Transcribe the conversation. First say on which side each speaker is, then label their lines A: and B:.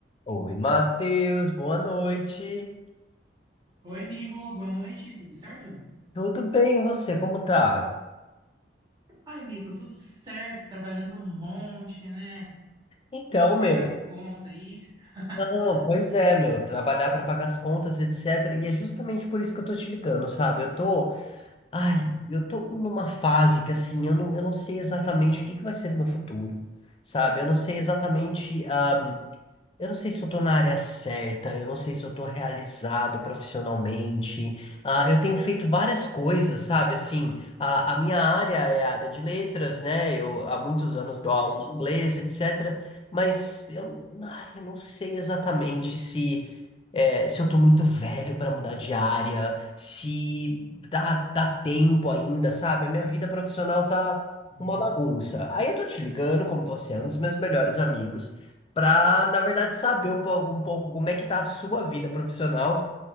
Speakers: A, on the left; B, on the right.
A: Oi, Matheus, boa noite.
B: Oi, amigo, boa noite, tudo certo?
A: Tudo bem, e você? Como tá?
B: Ai, amigo, tudo certo, trabalhando um monte, né?
A: Então,
B: Tendo que
A: meu,
B: pagar as contas aí. <laughs>
A: não, pois é, meu, trabalhar para pagar as contas, etc. E é justamente por isso que eu tô te ligando, sabe? Eu tô, ai, eu tô numa fase que assim, eu não, eu não sei exatamente o que que vai ser do meu futuro, sabe? Eu não sei exatamente. ah, Eu não sei se eu tô na área certa, eu não sei se eu tô realizado profissionalmente. Ah, eu tenho feito várias coisas, sabe? Assim, a, a minha área é a área de letras, né? Eu há muitos anos dou
B: Aham,
A: aula de inglês, etc. Mas eu, ai, eu não sei exatamente se é, se eu tô muito velho pra mudar de área, se dá, dá tempo ainda, sabe? A minha vida profissional tá
B: uhum.
A: uma bagunça. Aí eu tô te ligando, como você é um dos meus melhores amigos, pra, na verdade, saber um, po- um pouco como é que tá a sua vida profissional,